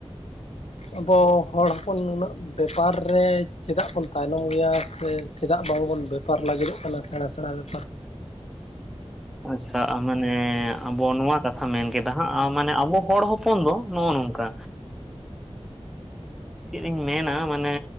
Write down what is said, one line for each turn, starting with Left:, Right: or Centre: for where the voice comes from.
Left: ᱟᱵᱚ ᱦᱚᱲ ᱦᱚᱯᱚᱱ ᱱᱩᱱᱟᱹᱜ ᱵᱮᱯᱟᱨ ᱨᱮ ᱪᱮᱫᱟᱜ ᱵᱚᱱ ᱛᱟᱭᱱᱚᱢ ᱜᱮᱭᱟ ᱥᱮ, ᱪᱮᱫᱟᱜ ᱵᱟᱝᱵᱚᱱ ᱵᱮᱯᱟᱨ ᱞᱟᱹᱜᱤᱫᱚᱜ ᱠᱟᱱᱟ ᱥᱮᱬᱟ ᱥᱮᱬᱟ? ᱦᱚ
Centre: ᱟᱪᱪᱷᱟ ᱢᱟᱱᱮ ᱟᱵᱚ ᱱᱚᱣᱟ ᱠᱟᱛᱷᱟ ᱢᱮᱱ ᱠᱮᱫᱟ ᱦᱟᱸᱜ ᱢᱟᱱᱮ ᱟᱵᱚ ᱦᱚᱲ ᱦᱚᱸ ᱦᱚᱯᱚᱱ ᱫᱚ ᱱᱚᱜᱼᱚ ᱱᱚᱝᱠᱟ ᱪᱮᱫ ᱤᱧ ᱢᱮᱱᱟ ᱢᱟᱱᱮ